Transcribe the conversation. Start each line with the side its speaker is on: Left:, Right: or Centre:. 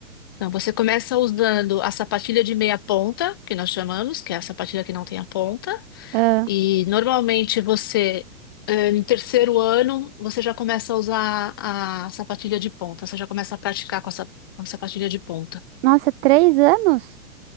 Left: Não, você começa usando a sapatilha de meia ponta, que nós chamamos, que é a sapatilha que não tem a ponta.
Right: Ah,
Left: E normalmente você, eh, no terceiro ano, você já começa a usar a sapatilha de ponta, você já começa a praticar com a, sa- com a sapatilha de ponta.
Right: nossa, três anos?